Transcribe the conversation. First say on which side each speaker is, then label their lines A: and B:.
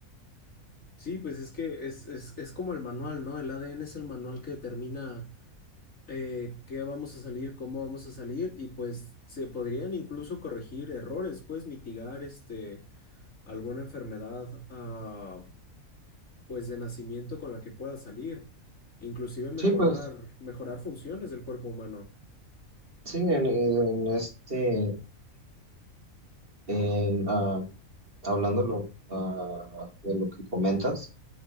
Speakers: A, on the left; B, on the right.
A: Sí, pues es que es, es, es como el manual, ¿no? El ADN es el manual que determina eh, qué vamos a salir, cómo vamos a salir y pues se podrían incluso corregir errores, pues mitigar este, alguna enfermedad ah, pues de nacimiento con la que pueda salir, inclusive mejorar,
B: Sí, pues
A: mejorar funciones del cuerpo humano.
B: sí, en, en este, en, ah, hablando lo ah, de lo que comentas,